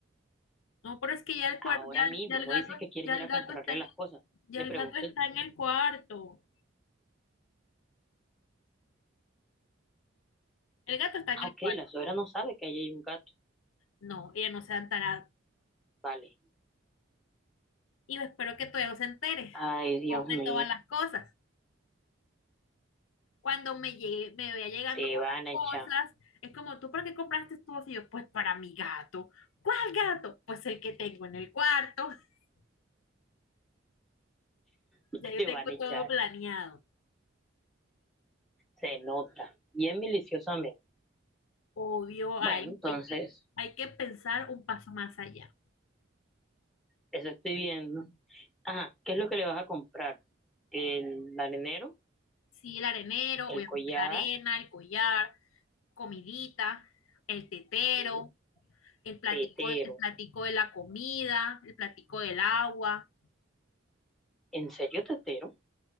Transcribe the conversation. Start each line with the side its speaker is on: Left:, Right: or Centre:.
Left: No, pero es que ya el
Centre: Ahora
Left: cuar- ya,
Centre: mismo,
Left: ya el
Centre: no
Left: gato,
Centre: dices que quieres
Left: ya
Centre: ir
Left: el
Centre: a
Left: gato
Centre: comprarle
Left: está en,
Centre: las cosas.
Left: ya
Centre: Te
Left: el
Centre: pregunto,
Left: gato está en el cuarto. El gato está
Centre: ah,
Left: en el
Centre: ok,
Left: cuarto.
Centre: la suegra no sabe que ahí hay un gato.
Left: No, ella no se ha enterado.
Centre: Vale.
Left: Y yo espero que todavía no se entere.
Centre: Ay, Dios
Left: compré
Centre: mío.
Left: todas las cosas. Cuando me llegue, me vea llegando
Centre: te
Left: con
Centre: van
Left: las
Centre: a echar,
Left: cosas, es como, ¿tú para qué compraste todo? Y yo, pues para mi gato. ¿Cuál gato? Pues el que tengo en el cuarto. <laughs>
Centre: <laughs>
Left: Ya yo
Centre: te
Left: tengo
Centre: van a echar,
Left: todo planeado.
Centre: se nota, bien miliciosamente.
Left: Obvio,
Centre: Bueno,
Left: hay,
Centre: entonces,
Left: hay que, hay que pensar un paso más allá.
Centre: eso estoy viendo. Ajá, ¿qué es lo que le vas a comprar? El arenero,
Left: Sí, el arenero,
Centre: el
Left: obviamente
Centre: collar,
Left: la arena, el collar. comidita, el tetero,
Centre: sí,
Left: el platico,
Centre: tetero.
Left: el platico de la comida, el platico del agua,
Centre: ¿En serio, tetero?